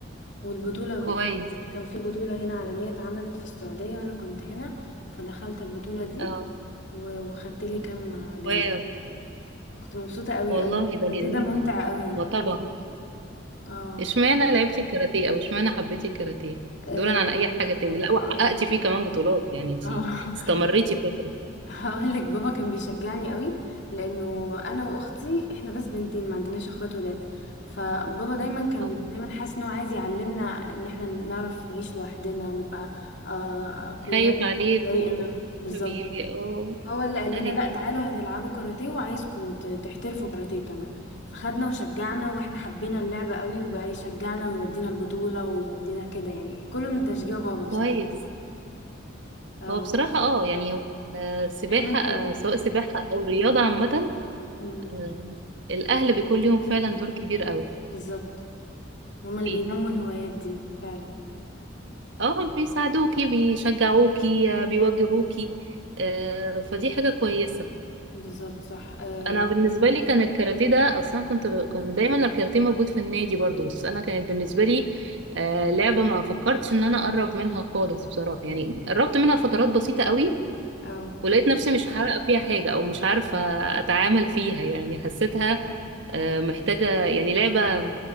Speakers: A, on the left (about 60°); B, on the right (about 65°).
A: والبطولة
B: كويس
A: وك- كان في بطولة هنا عالمية اتعملت في السعودية وانا كنت هنا فدخلت البطولة دي
B: اه
A: و- وخدت لي كام جايزة
B: واو
A: كنت مبسوطة قوي
B: والله
A: قوي
B: ده
A: الكاراتيه
B: جميل
A: ده ممتع قوي
B: ما طبعا
A: قوي اه
B: اشمعنى لعبتي الكاراتيه او اشمعنى حبيتي الكاراتيه
A: آه،
B: دولا عن اي حاجة تاني لا وحققتي
A: هقولك
B: فيه كمان بطولات يعني انت
A: اه
B: استمريتي
A: <laughs>
B: فترة
A: هقولك بابا كان بيشجعني قوي لانه انا واختي احنا بس بنتين ما عندناش اخوات ولاد فبابا دايما كان
B: آه.
A: بيبقى دايما حاسس ان هو عايز يعلمنا ان احنا نعرف نعيش لوحدنا نبقى آه، اقوياء
B: خايف عليكو
A: محدش يضايقنا بالظبط
B: حبيبي اه
A: هو اللي قال
B: ايوه
A: لنا لا تعالوا هتلعبوا كاراتيه وعايزكوا ت- تحترفوا كاراتيه كمان فخدنا وشجعنا واحنا حبينا اللعبة قوي وبقى يشجعنا ويودينا البطولة ويودينا كده يعني كله من تشجيع بابا بصراحة
B: كويس
A: اه
B: هو بصراحة اه يعني هو آه، سباحة
A: حماية
B: آه،
A: يعني
B: سواء سباحة او رياضة عامة
A: أمم،
B: آه، الاهل بيكون ليهم فعلا دور كبير قوي
A: بالظبط هما اللي
B: فيها
A: بينموا الهوايات دي فعلا
B: اه بيساعدوكي بيشجعوكي آه، بيوجهوكي آه، فدي حاجة كويسة
A: بالظبط صح اه
B: أنا بالنسبة لي كان الكاراتيه ده أصلا كنت ب... كان دايما الكاراتيه موجود في النادي برضو بس أنا كانت بالنسبة لي آه، لعبة ما فكرتش إن أنا أقرب منها خالص بصراحة يعني قربت منها فترات بسيطة قوي
A: اه
B: ولقيت نفسي مش هحقق فيها حاجة أو مش عارفة أتعامل فيها يعني حسيتها آه، محتاجة يعني لعبة